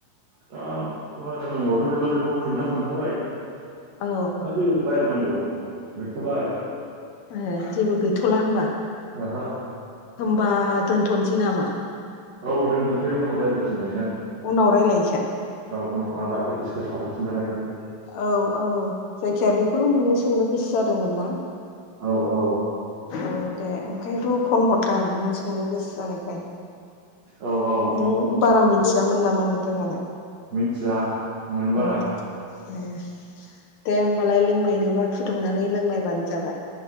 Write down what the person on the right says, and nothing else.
दा रायलायनांगौआथ' गैला बेखौ खोनथाखांखाबाय दा
जेबो रायलायनांगौ गैथला आरो
ओहो
औ दोननोसै उनाव रायलायफिनलायगोन
औ उनाव आलदाफोर डिसकास खालामसै। जालायगोन
औ औ
औ औ
मिन्थिया मोन बारा